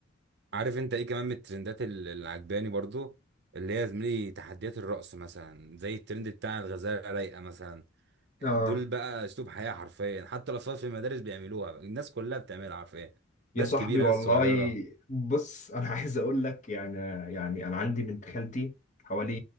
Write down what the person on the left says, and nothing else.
اه
يا
صاحبي
والله
بص انا <laughs> عايز اقول لك يعني يعني انا عندي بنت خالتي حوالي